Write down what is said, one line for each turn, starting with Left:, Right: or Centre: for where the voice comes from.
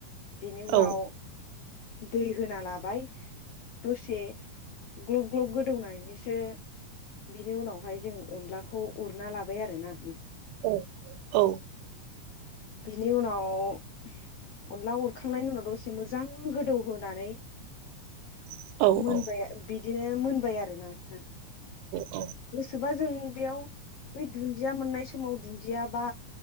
Left: बिनि उनाव
Right: औ
Left: दै होना लाबाय दसे। ग्लब ग्लब गोदौनायस। बिनि उनावहाय जों अनलाखौ उरना लाबाय आरो ना
Right: औ औ‌।
Left: बिनि उनाव अनला अरखांनायनि उनाव दसे मोजां गोदौहोनानै।
Right: <inaudible>
Left: मोनबाय
Right: औ
Left: बिदिनो मोनबाय आरोोना नोंथां
Right: औ
Left: गोसोबा जों। बेयाव बै दुन्दिया मोननाय समाव दुन्दिया बा